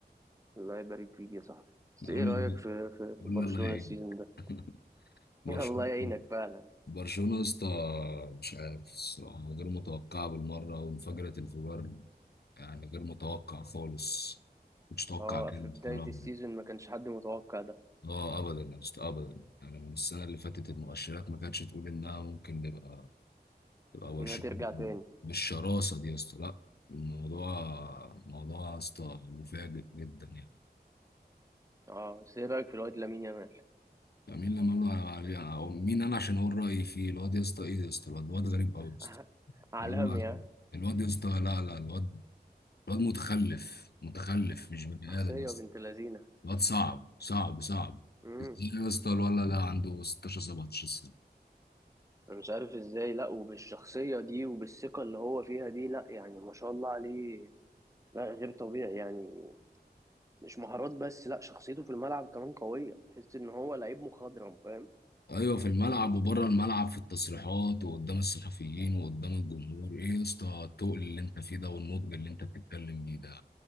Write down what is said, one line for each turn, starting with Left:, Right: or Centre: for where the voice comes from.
Right: الله يبارك فيك يا صاحبي بس
Left: قول
Right: ايه رأيك
Left: لي
Right: في في, في
Left: قول
Right: برشلونة
Left: لي الله يعينك
Right: السيزون ده
Left: <laughs>
Right: <laughs>
Left: برشلونة
Right: الله يعينك فعلا
Left: برشلونة يا اسطى مش عارف الصراحة غير متوقعة بالمرة وانفجرت انفجار يعني غير متوقع خالص مش متوقع
Right: اه
Left: كده
Right: في بداية
Left: بصراحة
Right: السيزون ما كانش حد متوقع ده
Left: اه ابدا يا اسطى ابدا يعني من السنة اللي فاتت المؤشرات ما كانتش تقول انها ممكن نبقى تبقى برشلونة
Right: انها ترجع تاني
Left: بالشراسة دي يا اسطى لا الموضوع موضوع يا اسطى مفاجئ جدا يعني
Right: اه بس ايه رأيك في الواد لامين يامال
Left: يعني مين لما قال له عليه- أو مين انا عشان اقول رايي فيه الواد يا اسطى ايه يا اسطى الواد الواد غريب قوي يا اسطى
Right: <laughs> عالمي
Left: والله العظيم
Right: ها
Left: الواد يا اسطى لا لا الواد الواد متخلف متخلف مش بني
Right: شخصية
Left: ادم يا اسطى
Right: بنت لذينة
Left: الواد صعب صعب صعب
Right: امم
Left: ازاي يا اسطى الولد ده عنده 16 17 سنة
Right: انا مش عارف ازاي لا وبالشخصية دي وبالثقة اللي هو فيها دي لا يعني ما شاء الله عليه لا غير طبيعي يعني مش مهارات بس لا شخصيته في الملعب كمان قوية تحس ان هو لعيب مخضرم فاهم
Left: ايوه في الملعب وبره الملعب في التصريحات وقدام الصحفيين وقدام الجمهور ايه يا اسطى التقل اللي انت فيه ده والنضج اللي انت بتتكلم بيه ده